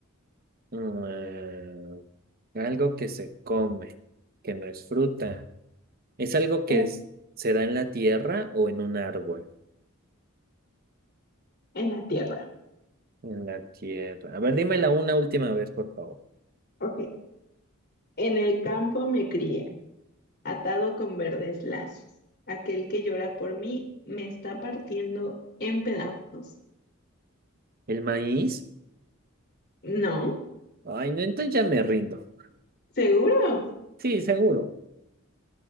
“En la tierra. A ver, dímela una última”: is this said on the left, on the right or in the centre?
Right